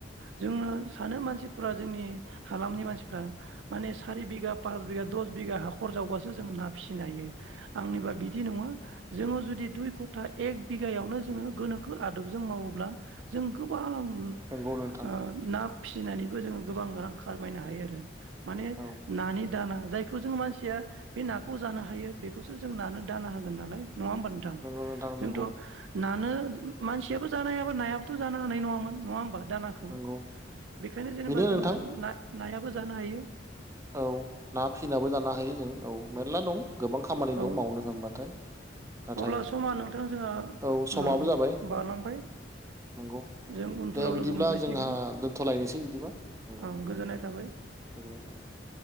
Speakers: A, on the right (about 70°); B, on the right (about 15°).
A: जोंनो सानो मानसि फोरा जोंनि हालामनि मानसिफ्रा माने सारि बिगा पास बिगा दस बिगा हाखर जावबासो जों ना फिसिनो हायो। आंनिबा बिदि नङा जोङो जुदि दुइ खथा एक बिगायावनो जोङो गोनोखो आदबजों मावोब्ला जों गोबां उम
B: नंगौ नोंथां
A: ओ ना फिसिनानै बो जोङो गोबां रां खारमायनो हायो आरो। माने
B: औ
A: नानि दाना जायखौ जों मानसिया बे नाखौ जानो हायो। बेखौसो जों नानो दाना होगोन नालाय। नङा होमबा नोंथां?
B: नंगौ नोंथां
A: जोंथ'
B: नंगौ
A: नानो मानसियाबो जानो हायाबा नायाबोथ' जानो हानाय नङामोन नङा होमबा? दानाखौ
B: नंगौ
A: बे खायनो जेनेबा
B: बेनो
A: जोङो
B: नोंथां
A: ना नायाबो जानो हायो।
B: औ ना फिनाबो जानो हायो। जों औ मेरला दं गोबां खामानि
A: औ
B: दं मावनो होनबाथाय। नाथाय
A: अब्ला समा नोंथां जोंहा
B: औ समाबो
A: ओ
B: जाबाय
A: बारलांबाय
B: नंगौ
A: जों उनफोराव
B: दे बिदिब्ला
A: लोगो मोनलायसिगोन
B: जोंहा दोनथ'लायनोसै दिबा नंगौ
A: ओं गोजोननाय थाबाय
B: गोजोननाय थाबाय।